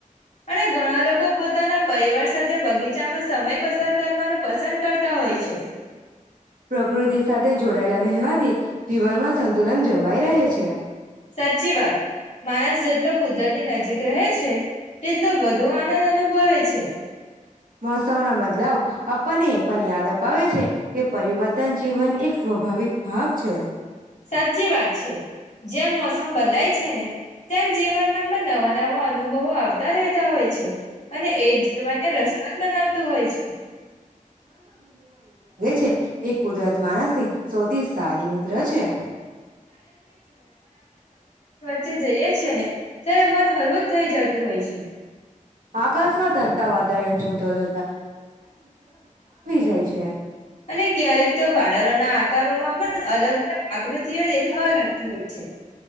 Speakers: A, on the left; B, on the right.
A: અને ઘણા લોકો પોતાના પરિવાર સાથે બગીચામાં સમય પસાર કરવાનું પસંદ કરતા હોય છે.
B: પ્રકૃતિ સાથે જોડાયેલા રહેવાથી જીવનમાં સંતુલન જરવાઈ રહે છે.
A: સાચી વાત. માણસ જેટલો કુદરતની નજીક રહે છે તેટલો વધુ આનંદ અનુભવે છે.
B: મહોત્સવના બદલાવ આપણને એ પણ યાદ અપાવે છે કે પરિવર્તન જીવન એક સ્વાભાવિક ભાગ છે.
A: સાચી વાત છે. જેમ મોસમ બદલાય છે ને તેમ જીવનના નવા નવા અનુભવો આવતા રહેતા હોય છે. અને એ જીવનને રસપદ બનાવતું હોય છે.
B: તે એ કુદરત માણસની સૌથી સારી મિત્ર છે.
A: ચે જઈએ છે ને ત્યારે મન હરવું જ થઈ જતું હોય છે.
B: આકસ્માત હતા વધારે જુદો જોત જાય છે
A: અને ક્યારેક તો વાડરોના આકારોમાં પણ અલગ અલગ આકૃતિઓ દેખાવા લાગતી હોય છે